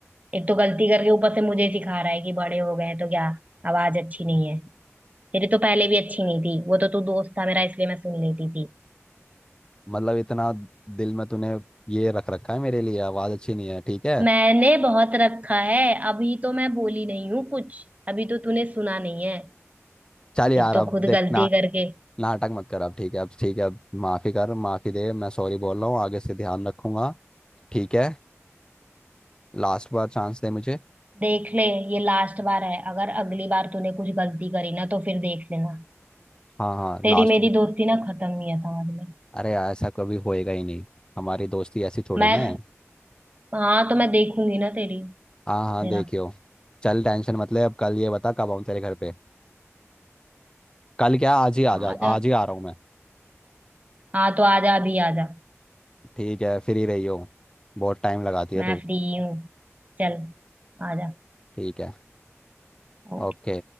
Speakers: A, on the right; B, on the left.
A: एक तो गलती करके ऊपर से मुझे ही सिखा रहा है कि बड़े हो गए हैं तो क्या आवाज अच्छी नहीं है तेरी तो पहले भी अच्छी नहीं थी वो तो तू दोस्त था मेरा इसलिए मैं सुन लेती थी
B: मतलब इतना दिल में तूने ये रख रखा है मेरे लिए आवाज अच्छी नहीं है ठीक है
A: मैंने बहुत रखा है अभी तो मैं बोली नहीं हूँ कुछ अभी तो तूने सुना नहीं है
B: चल यार
A: एक तो
B: अब
A: खुद
B: देख
A: गलती
B: ना
A: करके
B: नाटक मत कर अब ठीक है अब ठीक है अब माफी कर माफी दे मैं सॉरी बोल रहा हूँ आगे से ध्यान रखूंगा ठीक है लास्ट बार चांस दे मुझे
A: देख ले ये लास्ट बार है अगर अगली बार तूने कुछ गलती करी ना तो फिर देख लेना
B: हाँ हाँ
A: तेरी
B: लास्ट
A: मेरी दोस्ती ना खत्म ही है समझ में
B: अरे यार ऐसा कभी होएगा ही नहीं हमारी दोस्ती ऐसी थोड़ी
A: मैं
B: ना है
A: हाँ तो मैं देखूंगी ना तेरी
B: हाँ हाँ
A: तेरा
B: देखियो चल टेंशन मत ले अब कल ये बता कब आऊँ तेरे घर पे कल क्या आज ही
A: हाँ
B: आ जा
A: तो
B: आज ही आ रहा हूँ मैं
A: हाँ तो आजा अभी आजा
B: ठीक है फ्री रही हो बहुत टाइम लगाती है
A: मैं
B: तू
A: फ्री हूँ चल आजा
B: ठीक है
A: ओ-
B: ओके